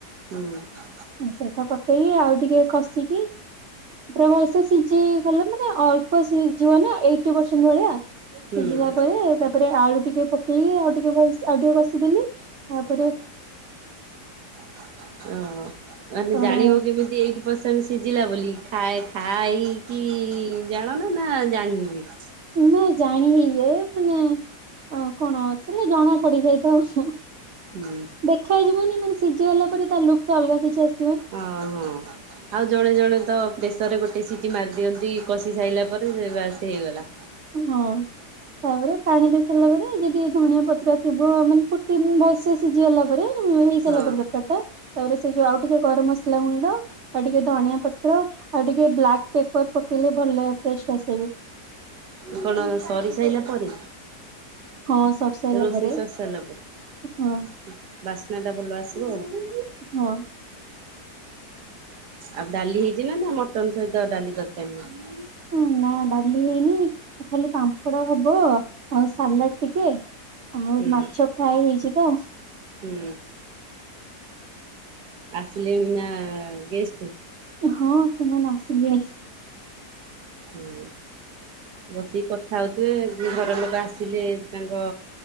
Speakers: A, on the right; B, on the right.
A: ହୁଁ
B: ଆଉ ସେଟା ପକେଇକି ଆଉ ଟିକେ କଷିକି <unintelligible> ସିଝି ଗଲେ ମାନେ ଅଳ୍ପ ସିଝିବ ନା ଏଇଟି ପରସେଣ୍ଟ ବଳିଆ। ସିଜିଲା
A: ହୁଁ ହୁଁ
B: ପରେ, ତାପରେ ଆଳୁ ଟିକେ ପକେଇ ଆଉ ଟିକେ ଭଲସ୍ ଆଉ ଟିକେ କଷିଦେଲି ଆପ
A: ଅ ହ <unintelligible> ମାନେ
B: ତାପରେ
A: ଜାଣିବ କେମି ଟି ଏଇଟି ପରସେଣ୍ଟ ସିଝିଲା ବୋଲି, ଖାଏ ଖାଇକି ଜାଣନା ନା ଜାଣିକି ହୁଏ।
B: ନା ଜାଣି ହେଇଯାଏ, ମାନେ କଣ ସେଟା ଜଣା ପଡିଯାଇଥାଏ ଉସ୍
A: ହୁଁ
B: ଦେଖାଯିବନି ମାନେ ସିଜିଗଲା ପରେ ତା ଲୁକ୍ ଟା ଅଲଗା କିଛି ଆସ୍
A: ଆଉ ହଁ, ଆଉ ଜଣେ ଜଣେ ତ ପ୍ରେସରେ ଗୋଟେ ସିଟି ମାରି ଦିଅନ୍ତି କଷି ସାରିଲା ପରେ ସେ ବାସ୍ ହେଇଗଲା।
B: ହଁ ତାପରେ ପାଣି ଦେଇ ସାରିଲା ପରେ ଯେଦି ଧଣିିଆ ପତ୍ର ଥିବ ମାନେ ଫୁଟିନ୍ ଭଲସେ ସିଝିଗଲା ପରେ ଉଁ ହେଇସାରିଲା
A: ହଁ
B: ପରେ ଦରକାରି ଟା, ତାପରେ ସେ ଯୋଉ ଆଉ ଟିକେ ଗରମ ମସଲା ଗୁଣ୍ଡ ଆଉ ଟିକେ ଧଣିଆ ପତ୍ର, ଆଉ ଟିକେ ବ୍ଲାକ୍ ପେପର୍ ପକେଇଲେ ଭଲା ଟେଷ୍ଟ ଆସେ ବି।
A: କଣ ସରି ସାଇଲା ପରେ।
B: ହଁ ସରି ସାରିଲା
A: ରୋଷେଇ
B: ପରେ
A: ସର୍ ସଇଲା ପରେ।
B: ହଁ
A: ବାସ୍ନାଟା ବଲ ଆସିବ ଆଉ।
B: ହଁ
A: ଆଉ ଡାଲି ହେଇଚି ନା, ନା ମଟନ ସହିତ ଡାଲି ଦରକାରି <unintelligible>
B: ଉଁ ନା ଡାଲି ହେଇନି ଖାଲି ପାମ୍ପଡ ହବ ଆଉ ସାଲାଟ୍ ଟିକେ ଆଉ
A: ହୁଁ
B: ମାଛ ଫ୍ରାଏ ହେଇଛି ତ।
A: ହୁଁ ଆସିଲେଣି ନା ଗେଷ୍ଟ୍।
B: ହଁ ସେମାନେ ଆସିଲେଣି।
A: ହୁଁ ବସିକି କଥା ହୋଉଥିବେ ଦି ଘର ଲୋକ ଆସିଲେ ତାଙ୍କ